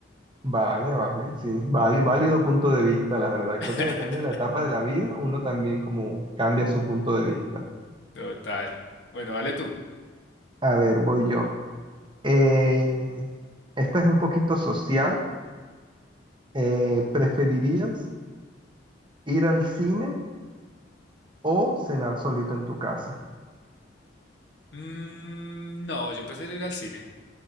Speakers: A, on the right (about 25°); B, on the left (about 65°).
A: Vale, vale, sí, vale, válido punto de vista, la verdad. Creo
B: <laughs>
A: que depende de la etapa de la vida, uno también como cambia su punto de vista.
B: Total. Bueno, dale tú.
A: A ver, voy yo. Eh, esta es un poquito social. Eh, ¿preferirías ir al cine o cenar solito en tu casa?
B: Mm, no, yo prefiero ir al cine.